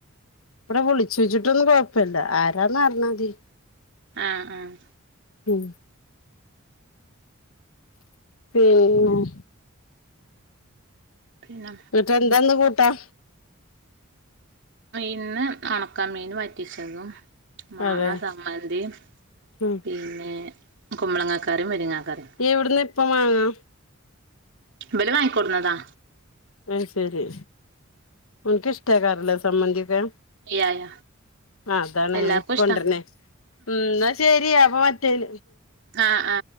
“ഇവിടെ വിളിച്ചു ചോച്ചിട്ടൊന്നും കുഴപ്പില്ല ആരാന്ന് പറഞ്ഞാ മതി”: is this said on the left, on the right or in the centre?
Left